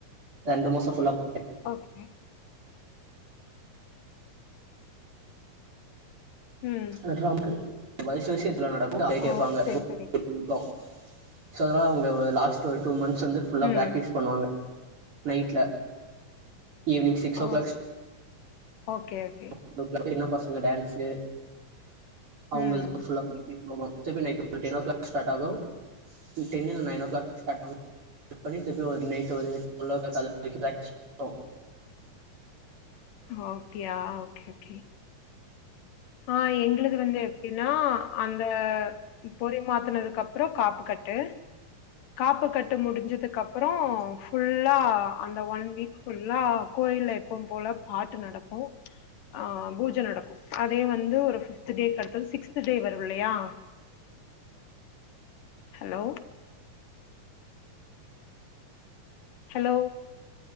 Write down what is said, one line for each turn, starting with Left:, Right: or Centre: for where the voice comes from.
Right: ரண்டு மாசொ ஃபுல்லாப்
Left: ஓகே ம்
Right: அல் ராம்க்கு வர்ஷெ வெஷன் எல்லா நடக்கு பிளைட்டு
Left: ஓ
Right: வெப்பாங்கே
Left: செரி
Right: <unintelligible>
Left: செரி
Right: சோ அதனால உங்க உங்கல லாஸ்ட் ஒரு டூ மன்ஸ் து வந்து ஃபுல்லா
Left: ம்
Right: பிராக்டிஸ் பன்னுவாங்க நைட்ல ஈவினிங் சிக்ஸ்
Left: ஆ
Right: ஓ கிளாக்
Left: ஓகே ஓ
Right: <unintelligible> சின்ன பசங்க டான்ஸு அவுங்கள
Left: ம்
Right: ஃபுல்லா பண்ணிட்டு ஆமா திருப்பி night ten o'clock start ஆகு டென் இல் நைனோ ஓ கிளாக் ஸ்டாட் ஆவு பண்ணி திருப்பி ஒரு நைட் ஒரு டுவல்லா கிளாக் அது வரிக்கு பிராக்டிஸ் ஆவு
Left: ஓ அப்டியா ஒகே ஒகே ஆ எங்ளுக்கு வந்து எப்டின்னா அந்தே பொரி மாத்தனதுக்குகப்புறொ காப்பு கட்டூ காப்பு கட்டு முடிஞ்சிதுக்கப்புறோ ஃபுல்லா அந்தெ ஒன் வீக் ஃபுல்லா கோயில்லெ எப்பொம் போல பாட்டு நடக்கு அ பூஜ நடக்கு அதே வந்து ஒரு ஃபித்து டே கடுத்து சிக்ஸ்து டே வருவுல்லெயா ஹலோ ஹலோ